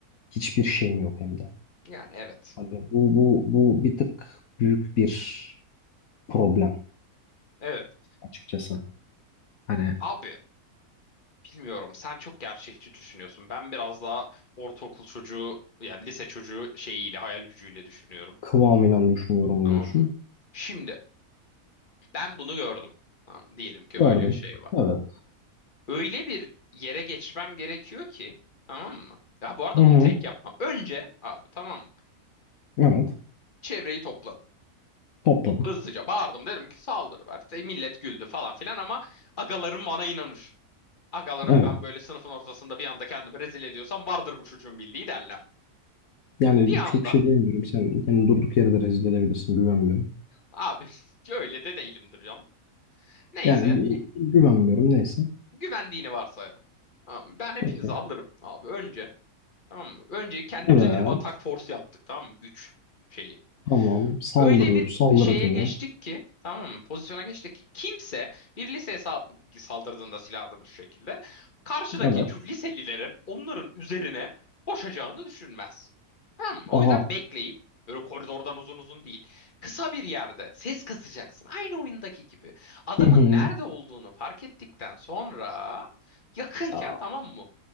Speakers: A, on the left; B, on the left.
A: Hiçbir şeyin yok hem de.
B: Yani evet.
A: Hani bu bu bu bir tık büyük bir problem
B: Evet.
A: açıkçası. Hani
B: Abi bilmiyorum sen çok gerçekçi düşünüyorsun. Ben biraz daha ortaokul çocuğu yani lise çocuğu şeyiyle hayal gücüyle düşünüyorum.
A: kıvamıyla düşünüyorum
B: Tamam
A: diyorsun.
B: mı? Şimdi Ben bunu gördüm. Tamam, diyelim ki
A: Gördün.
B: böyle bir şey var.
A: Evet.
B: Öyle bir yere geçmem gerekiyor ki tamam mı? Ya bu arada
A: Hı hı.
B: bunu tek yapmam. Önce abi tamam mı?
A: Evet.
B: Çevreyi toplarım.
A: Topladın.
B: Hızlıca bağırdım derim ki saldırı var. İşte millet güldü falan filan ama agalarım bana inanır. Agalarım
A: Evet.
B: ben böyle sınıfın ortasında bir anda kendimi rezil ediyorsam vardır bu çocuğun bildiği derler.
A: Yani
B: Bir anda
A: çok bir şey diyemiyorum. Sen kendini durduk yere de rezil edebilirsin. Güvenmiyorum.
B: abi <laughs> öyle de değilimdir canım. Neyse
A: Yani gü- güvenmiyorum. Neyse.
B: güvendiğini varsayalım. Tamam, mı? Ben hepinizi
A: Peki.
B: alırım abi önce. Tamam mı? Önce kendimize
A: Evet.
B: bir atak force yaptık tamam mı? Güç şeyi.
A: Tamam. Saldırıyoruz.
B: Öyle bir
A: Saldırı
B: şeye
A: timi.
B: geçtik ki tamam mı? Pozisyona geçtik ki kimse bir liseye sal- saldırdığında silahlı bir şekilde karşıdaki
A: Evet.
B: çu- liselilerin onların üzerine koşacağını düşünmez. Tamam mı? O
A: Aha.
B: yüzden bekleyip öyle koridordan uzun uzun değil. Kısa bir yerde ses kasacaksın. Aynı oyundaki gibi. Adamın
A: Hı hı.
B: nerede olduğunu fark ettikten sonra yakınken
A: Aa,
B: tamam mı?